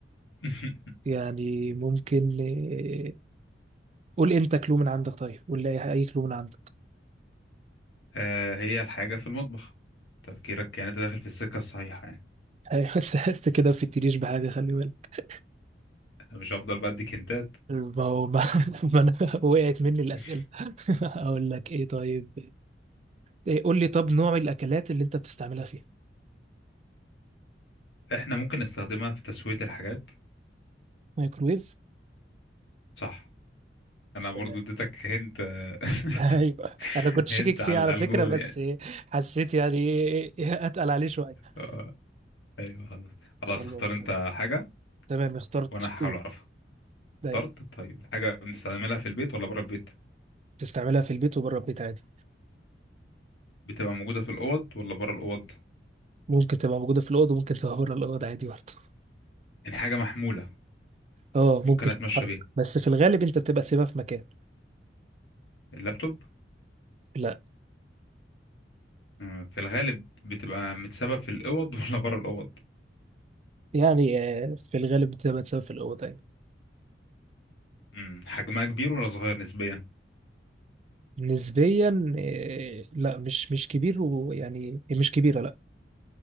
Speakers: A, on the left; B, on the right.
A: <laughs>
B: يعني ممكن إيه قول أنت كلو من عندك طيب قول لي أي أي كلو من عندك
A: آه، هي الحاجة في المطبخ تفكيرك كانت داخل في السكة الصحيحة يعني
B: أيوة، <laughs> أنت كده بتتريش بحاجة خلي بالك
A: انا مش هفضل بديك هنتات
B: ما هو ما, <laughs> ما أنا وقعت مني الأسئلة
A: <laughs>
B: <laughs> أقول لك إيه طيب إيه قول لي طب نوع الأكلات اللي أنت بتستعملها فيها
A: احنا ممكن نستخدمها في تسوية الحاجات
B: مايكرويف
A: صح انا
B: سلام
A: برضو اديتك هنت
B: <laughs> ايوه
A: <laughs>
B: انا كنت شاكك
A: هنت
B: فيه
A: على
B: على
A: على
B: فكره
A: الجول
B: بس
A: يعني
B: إيه، حسيت يعني إيه- إيه، إيه، اتقل عليه شويه
A: آه، ايوه خلاص خلاص
B: خلاص
A: اختار انت
B: تمام
A: حاجه
B: تمام اخترت
A: وانا هحاول
B: قول
A: اعرفها
B: دايما
A: اخترت طيب الحاجه بنستعملها في البيت ولا بره البيت
B: تستعملها في البيت وبره البيت عادي
A: بتبقى موجوده في الاوض ولا بره الاوض
B: ممكن تبقى موجودة في الأوضة وممكن تبقى بره الأوضة عادي برضه
A: يعني حاجه محموله
B: اه ممكن
A: ممكن اتمشى
B: تتحرك
A: بيها
B: بس في الغالب أنت بتبقى سيبها في مكان
A: اللابتوب
B: لا
A: مم، في الغالب بتبقى متسابه في الاوض <laughs> ولا بره الاوض
B: يعني آه، في الغالب بتبقى تسيبها في الأوضة يعني
A: مم، حجمها كبير ولا صغير نسبيا
B: نسبيا آه، لا مش مش كبير ويعني مش كبيرة لا